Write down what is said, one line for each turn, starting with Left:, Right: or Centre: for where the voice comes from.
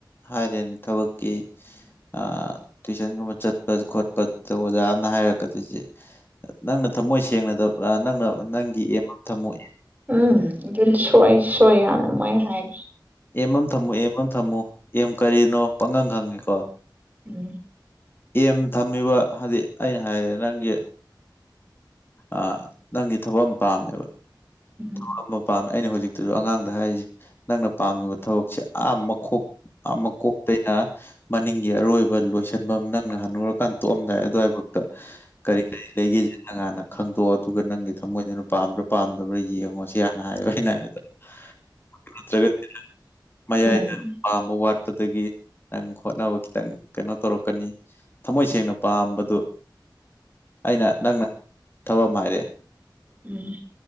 Left: ꯍꯥꯏꯔꯤꯝ ꯊꯕꯛꯀꯤ ꯑ ꯇꯨꯏꯁꯟꯒꯨꯝꯕ ꯆꯠꯄ ꯈꯣꯠꯄꯗ ꯑꯣꯖꯥ ꯑꯃꯅ ꯍꯥꯏꯔꯛꯀꯗꯣꯏꯁꯦ ꯅꯪꯅ ꯊꯝꯃꯣꯏ ꯁꯦꯡꯅꯗꯕ ꯄꯨꯔ ꯅꯪꯅ ꯅꯪꯒꯤ ꯑꯦꯝ ꯑꯃ ꯊꯝꯃꯨ
Right: ꯎꯝ ꯑꯗꯨꯝ ꯁꯣꯏ ꯁꯣꯏ ꯌꯥꯝꯅ ꯃꯣꯏ ꯍꯥꯏꯗꯣ
Left: ꯑꯦꯝ ꯑꯃ ꯊꯝꯃꯨ ꯑꯦꯝ ꯑꯃ ꯊꯝꯃꯨ ꯑꯦꯝ ꯀꯔꯤꯅꯣ ꯄꯪꯍꯪ ꯍꯪꯉꯦꯀꯣ
Right: ꯎꯝ
Left: ꯑꯦꯝ ꯊꯝꯃꯤꯕ ꯍꯥꯏꯗꯤ ꯑꯩꯅ ꯍꯥꯏꯔꯦ ꯅꯪꯒꯤ ꯑ ꯅꯪꯒꯤ ꯊꯕꯛ ꯑꯃ ꯄꯥꯝꯃꯦꯕ
Right: ꯎꯝ
Left: ꯊꯕꯛ ꯑꯃ ꯄꯥꯝꯃꯤ ꯑꯩꯅ ꯍꯧꯖꯤꯛꯇꯁꯨ ꯑꯉꯥꯡꯗ ꯍꯥꯏꯔꯤꯁꯦ ꯅꯪꯅ ꯄꯥꯝꯃꯤꯕ ꯊꯕꯛꯁꯦ ꯑꯥ ꯃꯈꯣꯛ ꯑ ꯃꯀꯣꯛꯇꯩꯅ ꯃꯅꯤꯡꯒꯤ ꯑꯔꯣꯏꯕ ꯂꯣꯏꯁꯟꯐꯝ ꯅꯪꯅ ꯍꯟꯅꯨꯔꯀꯥꯟ ꯇꯣꯛꯑꯝꯗꯥꯏ ꯑꯗꯨꯋꯥꯏ ꯕꯨꯛꯇ ꯀꯔꯤ ꯀꯔꯤ ꯂꯩꯒꯦꯁꯦ ꯅꯪ ꯍꯥꯟꯅ ꯈꯪꯗꯣꯛꯑꯣ ꯑꯗꯨꯒ ꯅꯪꯒꯤ ꯊꯝꯃꯣꯏꯗꯨꯅ ꯄꯥꯝꯝꯕ꯭ꯔꯥ ꯄꯥꯝꯗꯕ꯭ꯔꯥ ꯌꯦꯡ ꯌꯦꯡꯉꯣ ꯁꯤ ꯍꯥꯟꯅ ꯍꯥꯏꯌꯦꯕ ꯑꯩꯅ ꯍꯥꯏꯕꯗ <unintelligible> ꯃꯌꯥꯏꯗ
Right: ꯎꯝ
Left: ꯄꯥꯝꯕ ꯋꯥꯠꯄꯗꯒꯤ ꯅꯪ ꯍꯣꯠꯅꯕ ꯈꯤꯇꯪ ꯀꯩꯅꯣ ꯇꯧꯔꯛꯀꯅꯤ ꯊꯃꯣꯏ ꯁꯦꯡꯅ ꯄꯥꯝꯕꯗꯨ ꯑꯩꯅ ꯅꯪꯅ ꯊꯕꯛ ꯑꯃ ꯍꯥꯏꯔꯛꯑꯦ
Right: ꯎꯝ